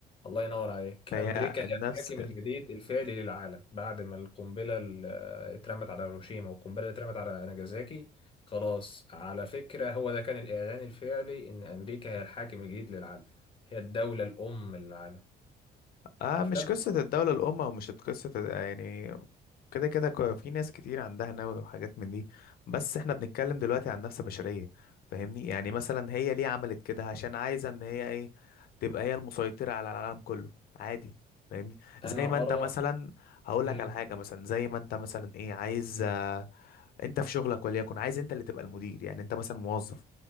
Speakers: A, on the left; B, on the left.
A: الله ينور عليك
B: فهي
A: أمريكا
B: النفس
A: هي الحاكم الجديد الفعلي للعالم بعد ما القنبلة اللي اترمت على هيروشيما والقنبلة اللي اترمت على ناجازاكي خلاص على فكرة هو ده كان الإعلان الفعلي إن أمريكا هي الحاكم الجديد للعالم هي الدولة الأم للعالم
B: آه
A: أفتبر
B: مش قصة الدولة الأم أو مش قصة يعني كده كده كو- في ناس كتير عندها نووي وحاجات من دي بس احنا بنتكلم دلوقتي عن نفس بشرية فاهمني يعني مثلا هي ليه عملت كده عشان عايزة ان هي ايه تبقى هي المسيطرة على العالم كله عادي فاهمني زي
A: أنا
B: ما انت
A: أرى
B: مثلا هقول
A: مم.
B: لك على حاجة مثلا زي ما انت مثلا ايه عايز انت في شغلك وليكن عايز انت اللي تبقى المدير يعني انت مثلا موظف